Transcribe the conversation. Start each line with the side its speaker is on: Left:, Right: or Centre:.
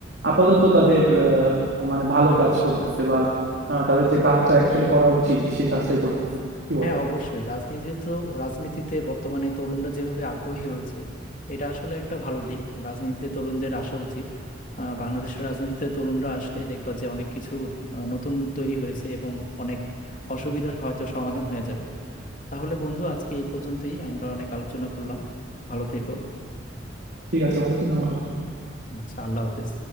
Right: আপাতত তাদের আহ, মানে ভালো কাজ করতেছে বা আহ, তাদের যে কাজটা অ্যাকচুয়ালি করা উচিত সেই কাজটাই করতেছে কি
Left: হ্যাঁ
Right: বলো
Left: অবশ্যই রাজনীতি তো রাজনীতিতে বর্তমানে তরুণরা যেভাবে আগ্রহী হয়েছে এটা আসলে একটা ভালো দিক রাজনীতিতে তরুণদের আসা উচিত আহ, বাংলাদেশের রাজনীতিতে তরুণরা আসলে দেখবা যে অনেক কিছু আহ, নতুন তৈরি হয়েছে এবং অনেক অসুবিধার হয়তো সমাধান হয়ে যাবে তাহলে বন্ধু আজকে এই পর্যন্তই আমরা অনেক আলোচনা করলাম ভালো থেকো
Right: ঠিক আছে বন্ধু তুমিও ভালো থেকো।
Left: আচ্ছা আল্লাহ হাফেজ